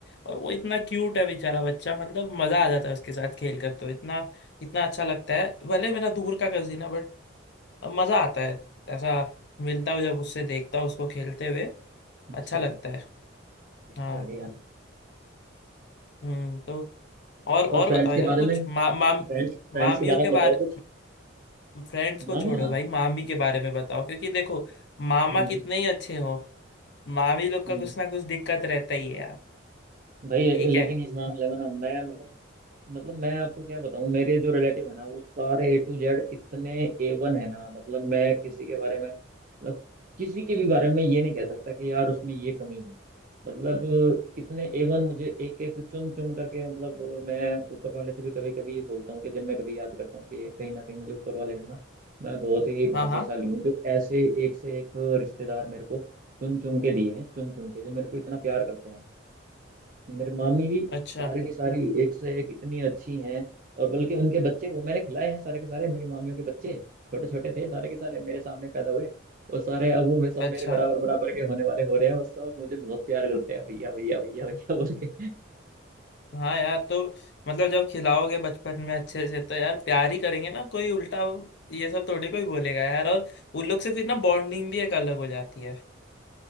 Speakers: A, on the left (about 55°); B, on the right (about 40°).
A: और वो इतना क्यूट है बेचारा बच्चा मतलब मजा आ जाता है उसके साथ खेल कर तो इतना इतना अच्छा लगता है भले मेरा दूर का कजिन है बट मजा आता है ऐसा मिलता हूँ जब उससे देखता हूँ उसको खेलते हुए
B: अच्छा
A: अच्छा लगता है हाँ
B: बढ़िया
A: हम्म तो और और
B: और फ्रेंड्स
A: बताओ
B: के
A: यार
B: बारे
A: कुछ
B: में
A: मा, माम
B: फ्रेंड्स फ्रेंड्स
A: मामियों
B: के बारे
A: के
B: में
A: बारे
B: बताओ कुछ
A: फ्रेंड्स को
B: मामिया
A: छोड़ो भाई मामी के बारे में बताओ क्योंकि देखो मामा
B: हम्म
A: कितने ही अच्छे हो मामी लोग का
B: हम्म
A: कुछ ना कुछ दिक्कत रहता ही है यार
B: भाई
A: ठीक
B: लेकिन
A: है
B: इस मामले में ना मैं मतलब मतलब मैं आपको क्या बताऊं मेरे जो रिलेटिव है ना वो सारे ए टू जेड इतने ए वन है ना मतलब मैं किसी के बारे में मतलब किसी के भी बारे में ये नहीं कह सकता कि यार उसमें ये कमी है मतलब इतने ए वन मुझे एक एक चुन चुन करके मतलब मैं ऊपर वाले से भी कभी कभी ये बोलता हूँ कि जब मैं कभी याद करता हूँ कि कहीं ना कहीं मुझे ऊपर वाले ने ना मैं बहुत ही भाग्यशाली
A: हाँ हाँ
B: हूँ जो ऐसे एक से एक रिश्तेदार मेरे को चुन चुन के दिए हैं चुन चुन के जो मेरे को इतना प्यार करते हैं मेरे मामी भी
A: अच्छा
B: सारी की सारी एक से एक इतनी अच्छी हैं और बल्कि उनके बच्चे वो मैंने खिलाए हैं सारे के सारे मेरी मामियों के बच्चे छोटे छोटे थे सारे के सारे मेरे सामने पैदा हुए और सारे अब वो मैं सब
A: अच्छा
B: मेरे बराबर बराबर के होने वाले हो रहे हैं और सब मुझे बहुत प्यार करते हैं भैया भैया भैया भैया बोल के
A: हाँ यार तो मतलब जब खिलाओगे बचपन में अच्छे से तो यार प्यार ही करेंगे ना कोई उल्टा ये सब थोड़ी कोई बोलेगा यार और उन लोग से फिर ना बॉन्डिंग भी एक अलग हो जाती है